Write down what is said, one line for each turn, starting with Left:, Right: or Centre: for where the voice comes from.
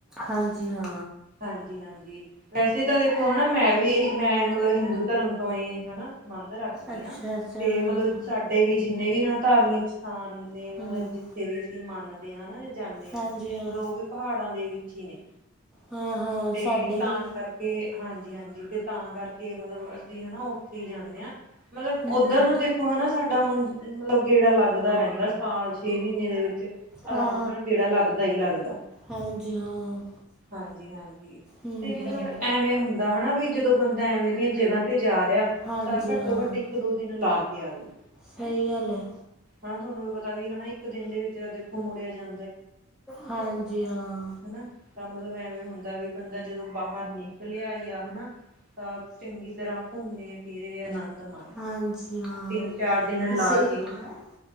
Centre: ਹਾਂਜੀ ਹਾਂ
Right: ਹਾਂਜੀ-ਹਾਂਜੀ, ਵੈਸੇ ਤਾਂ ਦੇਖੋ ਹਨਾ ਮੈਂ ਵੀ ਮੈਂ ਮਤਲਬ ਹਿੰਦੂ ਧਰਮ ਤੋਂ ਆਈ ਹ ਹਨਾ। ਸੰਬੰਧ ਰੱਖਦੀ
Centre: ਅੱਛਾ
Right: ਆ,
Centre: ਅੱਛਾ
Right: ਤੇ
Centre: ਹੂੰ
Right: ਮਤਲਬ ਸਾਡੇ ਵੀ ਜਿੰਨੇ ਵੀ ਹਨਾ ਧਾਰਮਿਕ ਸਥਾਨ ਨੇ ਮਤਲਬ
Centre: ਹੂੰ
Right: ਜਿੱਥੇ ਵੀ ਅਸੀਂ ਮੰਨਦੇ ਆ ਹਨਾ, ਜਾਂਣੇ ਆ,
Centre: ਹਾਂਜੀ ਹਾਂ
Right: ਮਤਲਬ ਔਹ ਵੀ ਪਹਾੜਾਂ ਦੇ ਵਿੱਚ ਜੀ ਨਈ,
Centre: ਹਾਂ ਹਾਂ
Right: ਤੇ
Centre: ਸਾਡੇ
Right: ਤਾਂ
Centre: ਵੀ
Right: ਕਰਕੇ ਹਾਂਜੀ-ਹਾਂਜੀ, ਤੇ ਤਾਂ ਕਰਕੇ ਮਤਲਬ, ਅਸੀਂ ਹਨਾ ਔਥੇ ਹੀ ਜਾਂਣੇ ਆ। ਮਤਲਬ
Centre: ਹੂੰ
Right: ਉੱਧਰ
Centre: ਹੂੰ
Right: ਨੂੰ ਦੇਖੋ ਹਨਾ ਸਾਡਾ ਹੁਣ ਮਤਲਬ ਗੇੜਾ ਲੱਗਦਾ ਰਹਿੰਦਾ, ਸਾਲ ਛੇ ਮਹੀਨੇ ਦੇ ਵਿੱਚ।
Centre: ਹਾਂ
Right: ਅਰਾਮ ਨਾਲ ਗੇੜਾ ਲੱਗਦਾ ਈ ਲੱਗਦਾ।
Centre: ਹਾਂ ਹਾਂਜੀ ਹਾਂ ਹੂੰ
Right: ਹਾਂਜੀ-ਹਾਂਜੀ,
Centre: ਹੂੰ
Right: ਤੇ ਮਤਲਬ ਐਵੇਂ ਹੁੰਦਾ ਹਨਾ ਵੀ, ਜਦੋਂ ਬੰਦਾ ਐਵੇਂ ਦੀਆਂ ਜਗ੍ਹਾ ਤੇ ਜਾ ਦੇਆ,
Centre: ਹਾਂਜੀ
Right: ਤਾਂ ਘੱਟੋ
Centre: ਹਾਂ
Right: ਘੱਟ ਇੱਕ ਦੋ ਦਿਨ ਲਾ ਕੇ ਆਵੇ।
Centre: ਸਹੀ ਗੱਲ ਹੈ
Right: ਹਾਂ ਤੁਹਾਨੂੰ ਵੀ ਪਤਾ ਵੀ ਹਨਾ, ਇੱਕ ਦਿਨ ਦੇ ਵਿੱਚ ਆ ਦੇਖੋ ਮੁੜਿਆ ਜਾਂ
Centre: ਹਾਂਜੀ ਹਾਂ।
Right: ਹਨਾ ਤਾਂ ਮਤਲਬ ਐਵੇਂ ਹੁੰਦਾ ਵੀ ਬੰਦਾ ਜਦੋਂ ਬਾਹਰ ਨਿਕਲਿਆ ਈ ਆ, ਹਨਾ ਤਾਂ ਚੰਗੀ ਤਰ੍ਹਾਂ ਘੁੰਮੇ ਫਿਰੇ ਆਨੰਦ ਮਾਣੇ
Centre: ਹਾਂਜੀ ਹਾਂ
Right: ਤਿੰਨ
Centre: <unintelligible>
Right: ਚਾਰ ਦਿਨ ਲਾ ਕੇ ਹਨਾ